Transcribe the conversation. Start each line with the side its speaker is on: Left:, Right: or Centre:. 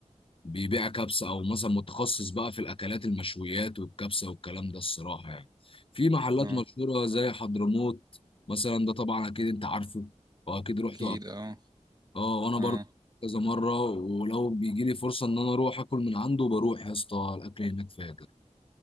Left: بيبيع كبسه او مثلا متخصص بقى في الاكلات المشويات والكبسه والكلام ده الصراحه يعني في محلات
Right: اه
Left: مشهوره زي حضرموت مثلا ده طبعا اكيد انت عارفه واكيد رحت
Right: اكيد اه
Left: اه وانا برضه
Right: اه
Left: كذا مره ولو بيجي لي فرصه ان انا اروح اكل من عنده بروح يا اسطى الاكل هناك فاجر